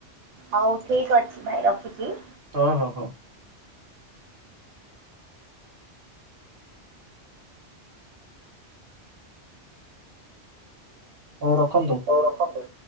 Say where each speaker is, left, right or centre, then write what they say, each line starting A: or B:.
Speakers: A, on the right; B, on the right.
A: ହଉ ଠିକ୍ ଅଛି ଭାଇ ରଖୁଚି।
B: <unintelligible> ହଉ ରଖନ୍ତୁ।
A: ହଉ ରଖନ୍ତୁ।